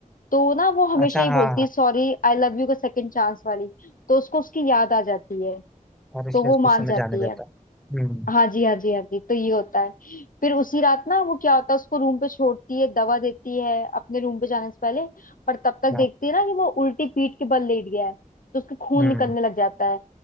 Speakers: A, on the left; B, in the centre.
A: तो ना वो हमेशा
B: अच्छा
A: ही
B: हाँ
A: बोलती
B: हाँ हाँ।
A: है सॉरी आई लव यू का सेकंड चांस वाली तो उसको उसकी याद आ जाती है
B: और इसलिए
A: तो वो
B: उसको उस
A: मान
B: समय
A: जाती
B: जाने देता
A: है
B: है हम्म
A: हाँ जी हाँ जी हाँ जी तो ये होता है फिर उसी रात ना वो क्या होता है उसको रूम पे छोड़ती है दवा देती है अपने रूम पे जाने से पहले पर तब तक
B: हाँ
A: देखती है ना कि वो उल्टी पीठ के बल लेट गया है तो उसके खून
B: हम्म
A: निकलने लग जाता है